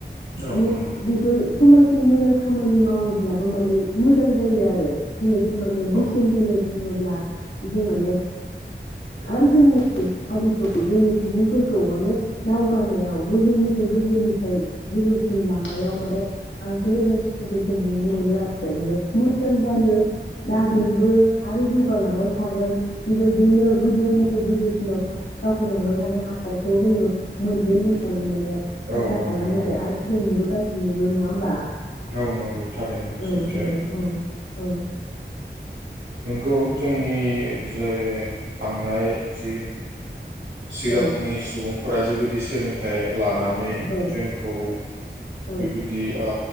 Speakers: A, on the right; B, on the left.
A: औ
B: माने
A: नंगौ
B: बेफोर समाज नि मोजां खामानि मावोब्ला माने मोजां जायो आरो। जिहेथु माने
A: औ
B: बोसोन होनो रोङोब्ला जों माने आरो जोंनि हारिखौ जोंनि सुबुं फोरखौ माने दावगानायाव गोजौनिफ्राय गोजौनिफ्राय गोजौसिम लांनायाव माने बांसिन मोजांसिनखौ जों नुनो मोनो। आरो माने मोजां जायो जागोनबो आरो जौगालांबाय थागोन बेबायदिनो गोजौनिफ्राय गोजौसिनाव दावखलांबाय थानो हानायखौ जोङो मोनगोन होननानै माने
A: औ
B: आसा
A: औ
B: खालामो
A: नंगौ
B: आरो आरो जों नुबोगासिनो नोबो नङा होमबा
A: औ नंगौ थारैनो बे
B: औ
A: सैथो
B: नंगौ औ औ
A: नंगौ जोंनि जे थांनाय जि सिगांनि
B: औ
A: सुबुं फोरा जिबायदि सोलोंथाइ लानानै
B: औ औ
A: जोंखौ
B: औ
A: बेबायदि ओ